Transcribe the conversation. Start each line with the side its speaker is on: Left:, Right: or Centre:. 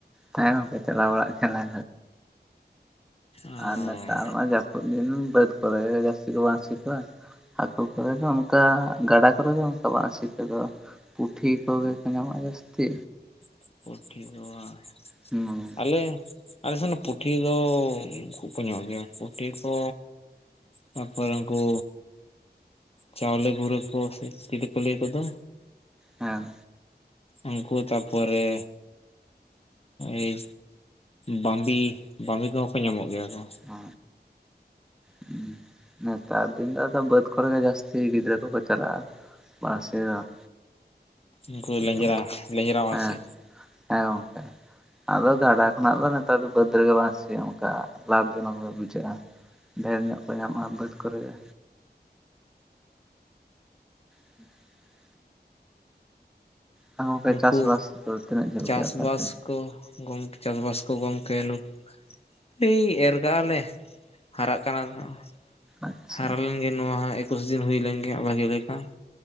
Centre: ᱦᱮᱸ ᱜᱚᱝᱠᱮ ᱪᱟᱞᱟᱣ ᱵᱟᱲᱟᱜ ᱛᱟᱦᱮᱜ ᱞᱮ
Left: ᱚ
Centre: ᱟᱨᱼᱼ ᱛᱟᱨ ᱢᱟ ᱡᱟᱹᱯᱩᱫ ᱫᱤᱱ ᱵᱟᱹᱫ ᱠᱚᱨᱮ ᱜᱮ ᱡᱟᱹᱥᱛᱤ ᱠᱚ ᱵᱟᱹᱲᱥᱤ ᱠᱚᱣᱟ ᱾ ᱟᱛᱳ ᱠᱚᱨᱮ ᱫᱚ ᱚᱱᱠᱟ ᱜᱟᱰᱟ ᱠᱚᱨᱮ ᱜᱮ ᱚᱱᱠᱟ ᱵᱟᱲᱥᱤ ᱛᱮᱫᱚ, ᱯᱩᱴᱷᱤ ᱠᱚᱜᱮ ᱠᱚ ᱧᱟᱢᱚᱜᱼᱟ ᱡᱟᱹᱥᱛᱤ᱾
Left: <unintelligible>
Centre: ᱦᱩᱸ
Left: ᱟᱞᱮᱼᱼ ᱟᱞᱮ ᱥᱮᱱ ᱫᱚ ᱯᱩᱴᱷᱤ ᱫᱚ ᱠᱷᱩᱵ ᱠᱚ ᱧᱚᱢᱚᱜ ᱜᱮᱭᱟ, ᱯᱩᱴᱷᱤ ᱠᱚᱼᱼ ᱛᱟᱨᱯᱚᱨᱮ ᱩᱱᱠᱩᱼᱼ ᱪᱟᱣᱞᱮ ᱜᱷᱩᱨᱟᱹ ᱠᱚ ᱥᱮ ᱪᱤᱞᱤ ᱠᱚ ᱞᱟᱹᱭ ᱠᱚᱫᱚ,
Centre: ᱦᱮᱸ᱾
Left: ᱩᱝᱠᱩ ᱛᱟᱯᱚᱨᱮ ᱮᱭ ᱵᱟᱢᱵᱤ ᱵᱟᱢᱵᱤ ᱠᱚᱦᱚᱸ ᱠᱚ ᱧᱟᱢᱚᱜ ᱜᱮᱭᱟ ᱠᱚᱼᱼ
Centre: ᱚ ᱦᱩᱸ ᱱᱮᱛᱟᱨ ᱫᱤᱱ ᱫᱚ ᱟᱫᱚ ᱵᱟᱹᱫᱽ ᱠᱚᱨᱮ ᱜᱮ ᱡᱟᱹᱥᱛᱤ ᱜᱤᱫᱽᱨᱟᱹ ᱠᱚᱠᱚ ᱪᱟᱞᱟᱜᱼᱟ᱾ ᱵᱟᱥ ᱦᱮᱸᱱᱟᱜ
Left: ᱩᱱᱠᱩ ᱞᱮᱸᱡᱽᱨᱟ
Centre: <unintelligible>
Left: ᱞᱮᱸᱡᱽᱨᱟ ᱢᱟᱹᱥᱤ
Centre: ᱦᱮᱸ ᱦᱮᱸ ᱜᱚᱝᱠᱮ᱾ ᱟᱫᱚ ᱜᱟᱰᱟ ᱠᱷᱚᱱᱟᱜᱫᱚ ᱱᱮᱛᱟᱨ ᱫᱚ ᱵᱟᱹᱫᱽ ᱨᱮᱜᱮ ᱵᱟᱝᱥᱤᱼᱟ ᱚᱱᱠᱟ ᱞᱟᱵᱷ ᱡᱚᱱᱚᱠ ᱜᱮ ᱵᱩᱡᱷᱟᱹᱜᱼᱟ᱾ ᱰᱷᱮᱨ ᱧᱚᱜ ᱠᱚ ᱧᱟᱢᱚᱜᱼᱟ ᱵᱟᱹᱫᱽ ᱠᱚᱨᱮ ᱜᱮ᱾ <inaudible> ᱮᱱᱠᱷᱟᱱ ᱜᱚᱢᱠᱮ
Left: ᱱᱩᱠᱩ
Centre: ᱪᱟᱥ ᱵᱟᱥ ᱫᱚ ᱛᱤᱱᱟᱹᱜ ᱡᱷᱟᱹᱞ
Left: ᱪᱟᱥᱵᱟᱥ
Centre: ᱯᱮ <unintelligible>
Left: ᱠᱚ ᱜᱚᱢᱠᱮ ᱪᱟᱥᱵᱟᱥ ᱠᱚ ᱜᱚᱢᱠᱮ ᱱᱩ ᱥᱤ ᱮᱨ ᱠᱟᱜ-ᱟᱞᱮ ᱦᱟᱨᱟᱜ ᱠᱟᱱᱟ ᱱᱟᱦᱟᱜ᱾
Centre: ᱟᱪᱪᱷᱟ
Left: ᱦᱟᱨᱟ ᱞᱮᱱᱜᱮ ᱱᱚᱣᱟ ᱦᱚᱸ ᱮᱠᱩᱥ ᱫᱤᱱ ᱦᱩᱭ ᱞᱮᱱᱜᱮ ᱵᱷᱟᱹᱜᱤ ᱞᱮᱠᱟ